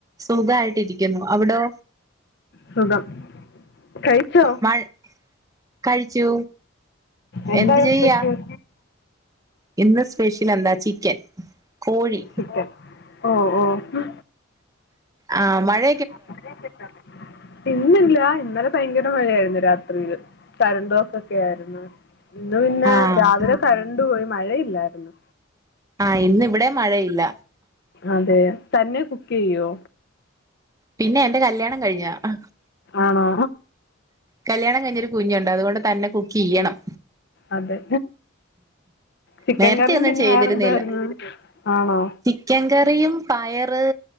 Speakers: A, on the right; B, on the left.
A: സുഖയിട്ടിരിക്കുന്നു അവിടൊ
B: സുഖം കഴിച്ചോ
A: മഴ കഴിച്ചു
B: എന്താരുന്നു
A: എന്ത് ചെയ്യാ
B: സ്പെഷ്യല്
A: ഇന്ന് സ്പെഷ്യൽ എന്താ ചിക്കൻ കോഴി
B: ചിക്കൻ ഓഹ് ഓഹ്
A: ആഹ് മഴ
B: അപ്പക്കട്ട ഇന്നില്ല ഇന്നലെ ഭയങ്കര മഴയായിരുന്നു രാത്രിയില് കരുന്തോ ൊക്കെ ആയിരുന്നു ഇന്ന് പിന്നെ
A: ആഹ്
B: രാവിലെ കരണ്ട് പോയി മഴയില്ലായിരുന്നു
A: ആഹ് ഇന്ന ഇവിടെ മഴയില്ല
B: അതെ തന്നെ കുക്ക്യ്യ്യോ
A: പിന്നെ എന്റെ കല്യാണം കഴിഞ്ഞതാ
B: ആണോ
A: കല്യാണം കഴിഞ്ഞൊരു കുഞ്ഞുണ്ട് അതുകൊണ്ട് തന്നെ കുക്ക് ചെയ്യണം
B: അതെ ചിക്കൻ
A: നേരത്തെ
B: കറിയും
A: ഒന്നും
B: പിന്നെ
A: ചെയ്തിരുന്നില്ല
B: വേറെന്തായിരുന്നു ആണോ
A: ചിക്കൻ കറിയും പയറ്